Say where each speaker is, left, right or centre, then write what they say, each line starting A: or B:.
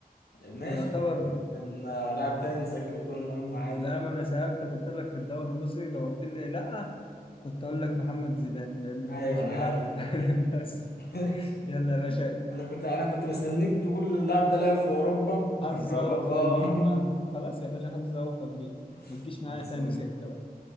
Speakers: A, on the left; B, on the left.
A: ماشي
B: يعتبر
A: ما يمكن آه، لاعب تاني يسجل الجون المهم عادي
B: لا ما انا سألتك قلت لك في الدوري المصري لو قلت لي لا كنت اقول لك محمد زيدان لانه
A: ايوه
B: ما كانش
A: انا
B: بيلعب
A: عارف
B: في الدوري
A: <laughs>
B: <laughs> بس
A: ماشي.
B: يلا يا باشا
A: انا كنت انا كنت مستنيك تقول اللاعب ده لعب في اوروبا
B: حظ
A: فانت اقول
B: اوفر
A: لك اه
B: ليك بقى خلاص يا باشا حظ اوفر ليك ما
A: <laughs>
B: تجيش معايا
A: خلصان
B: تاني سكه بقى.